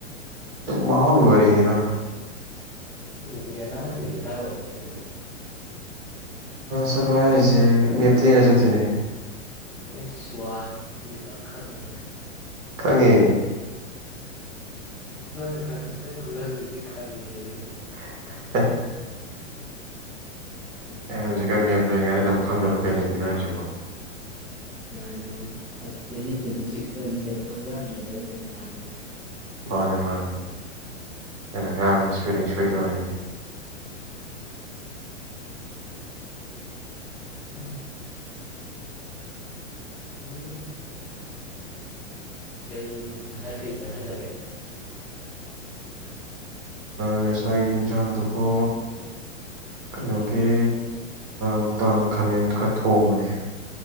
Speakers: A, on the right; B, in the centre.
A: ꯃꯍꯥꯎꯒꯤ ꯋꯥꯔꯤꯔ
B: ꯇꯨꯕꯨꯗꯤ ꯂ ꯉ ꯂꯩꯦ ꯀꯥꯏ ꯋꯥ ꯆꯂ ꯂꯩꯒ
A: ꯁꯄ ꯍꯥꯏꯔꯤꯁꯦ ꯃꯦꯞꯇ ꯌꯦꯡꯉ ꯆꯠꯇꯣꯏꯅꯦ
B: ꯅ ꯁ꯭ꯋꯥꯗꯨ ꯄ ꯈꯪꯉꯦꯅꯦ
A: ꯈꯪꯉꯤ
B: ꯅꯪꯪ ꯅꯪ ꯈꯨꯡꯒꯪꯗꯨꯗꯤ ꯈꯪꯉꯦ ꯑꯗꯨꯅꯤ
A: <inaudible> ꯎꯝ ꯑꯦ ꯍꯧꯖꯤꯛꯀ ꯃꯤꯌꯥꯝ ꯂꯩꯔꯤꯉꯩꯗ ꯂꯝ ꯈꯪꯗꯕ ꯀꯩ ꯂꯩꯗꯣꯏꯅꯣ ꯍꯥꯏꯁꯤꯕꯣ
B: ꯃꯥꯅꯤ ꯃꯥꯅꯦ ꯑꯁ ꯇ꯭ꯋꯦꯟꯇꯤ ꯇ꯭ꯋꯦꯟꯇꯤ ꯁꯤꯛꯁꯇ ꯈꯪꯕ꯭ꯔꯥꯕꯕ ꯑꯩꯅ ꯂꯥꯛꯑ
A: ꯃꯥꯅꯦ ꯃꯥꯅꯦ ꯑꯩꯅꯪ ꯉꯥꯡꯕꯗ ꯏꯁꯄꯦꯂꯤꯡ ꯁꯣꯏ ꯇꯧꯔꯤꯅꯦ
B: <inaudible> ꯎꯝ ꯎ ꯀꯔꯤ ꯉꯁꯥꯏ ꯀꯔꯤ ꯆꯥꯁꯤꯜꯂꯒꯦ
A: ꯉꯁꯥꯏꯒꯤ ꯌꯦꯟꯁꯥꯡꯗꯨꯕꯨ ꯀꯩꯅꯣꯒꯤ ꯅꯨꯡꯗꯥꯡ ꯈꯥꯃꯦꯟꯗꯨ ꯈꯔ ꯊꯣꯡꯕꯅꯦ